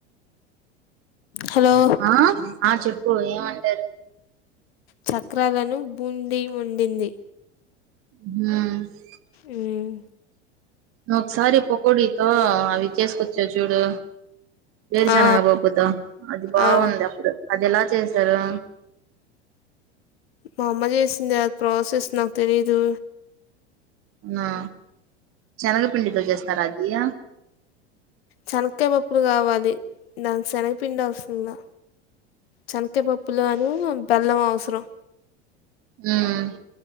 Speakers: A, on the left; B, on the right.
A: హలో
B: ఆ ఆ చెప్పు ఏం వండారు?
A: చక్రాలను బూంది వండింది.
B: ఉమ్
A: మ్మ్
B: ఒకసారి పకోడితో అవి చేసుకొచ్చా చూడు? వేరుశనగ
A: ఆ
B: పప్పుతో అది బాగుంది
A: ఆ
B: అప్పుడు అది ఎలా చేసారు?
A: మా అమ్మ చేసింది, అ ప్రాసెస్ నాకు తెలీదు.
B: ఆ శనగపిండితో చేస్తారా అదీయ
A: చనక్కాయ పప్పులు కావాలి దానికి శనగపిండి అవసరంలా. చెనక్కాయ పప్పులో అనూ బెల్లం అవసరం
B: ఉమ్